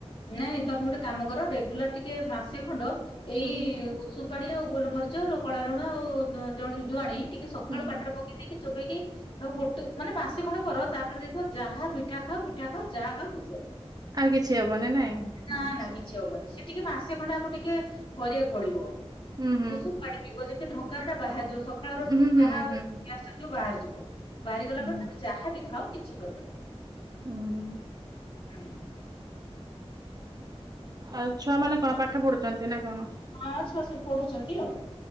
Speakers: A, on the left (about 55°); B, on the right (about 35°).
A: ନାଇଁ ତମେ ଗୋଟେ କାମ କର ରେଗୁଲାର ଟିକେ ମାସେ ଖଣ୍ଡ ଏଇ
B: ହୁଁ
A: ଉଷୁମ ପାଣି ଆଉ ଗୋଲମରିଚ କଳା ଲୁଣ ଆଉ ଜ ଜୁଆଣି ଟିକେ ସକାଳୁ
B: ହୁଁ
A: ପାଟିରେ ପକେଇ ଦେଇକି ଚୋବେଇକି ତମେ ଗୋଟେ ମାନେ ମାସେ ଖଣ୍ଡ କର ତାପରେ ଦେଖିବ ଯାହା ମିଠା ଖାଅ ପିଠା ଖାଅ ଯାହା ଖାଅ କିଛି ହବନି।
B: ଆଉ କିଛି ହବନି ନାଇଁ।
A: ନା
B: ଆଛା
A: ନା କିଛି ହବନି ସେ ଟିକେ ମାସେ ଖଣ୍ଡେ ଆକୁ ଟିକେ କରିବାକୁ ପଡିବ
B: ହୁଁ ହୁଁ
A: ଉଷୁମ ପାଣି ଥିବ ଯେମତି ଢକାରଟା ବାହାରି ଯିବ ସକାଳର
B: ହୁଁ ହୁଁ
A: ଯାହା
B: ହୁଁ
A: ଗ୍ୟାସ ଟା ତୁ ବାହାରି ଯିବ ବାହାରି ଗଲା
B: ହୁଁ
A: ପରେ ତମେ ଯାହା ବିି ଖାଉ କିଛି ପ୍ରୋବ୍ଲେ ନାହିଁ!
B: ଉଁ
A: ହୁଁ।
B: ଆଉ ଛୁଆ ମାନେ କଣ ପାଠ ପଢୁଛନ୍ତି ନା କଣ?
A: ହଁ ଛୁଆସବୁ ପଢୁଛନ୍ତି ଆଉ